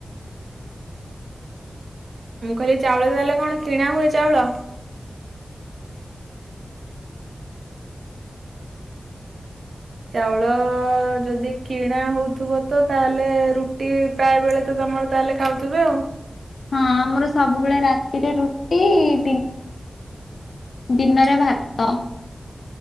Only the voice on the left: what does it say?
ହଁ ଆମର ସବୁବେଳେ ରାତିରେ ରୁଟି ଦ ଦିନରେ ଭାତ।